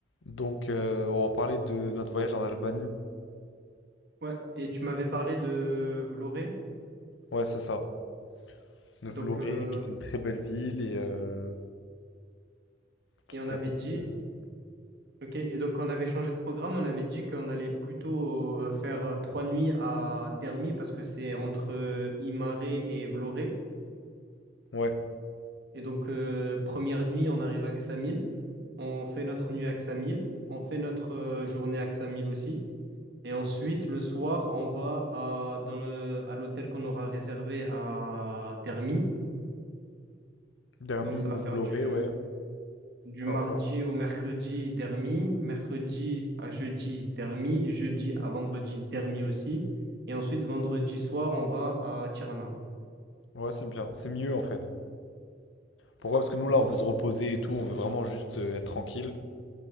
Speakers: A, on the left; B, on the right.
A: Donc, euh, on va parler de notre voyage en Albanie.
B: Ouais, et tu m'avais parlé de Vloré,
A: Ouais, c'est ça. De
B: donc
A: Vlorë,
B: euh,
A: qui était une très belle ville et euh, qui
B: et
A: était
B: on avait
A: à côté
B: dit,
A: de...
B: ok, et donc on avait changé de programme, on avait dit qu'on allait plutôt euh, faire euh, trois nuits à Dermi parce que c'est entre euh, Imare et Vloré,
A: Ouais,
B: et donc euh, première nuit on arrive à Ksamil, on fait notre nuit à Ksamil, on fait notre euh, journée à Ksamil aussi, et ensuite le soir on va à, dans le- à l'hôtel qu'on aura réservé à Dermi,
A: Dermi
B: donc ça va
A: ou
B: faire
A: Vlorë,
B: du
A: ouais,
B: du
A: peu
B: mardi
A: importe.
B: au mercredi, dermi, mercredi à jeudi, dermi, jeudi à vendredi, dermi aussi. Et ensuite, vendredi soir, on va à Tirana.
A: Ouais, c'est bien. C'est mieux, en fait. Pourquoi? Parce que nous, là, on veut se reposer et tout. On veut vraiment juste euh, être tranquille.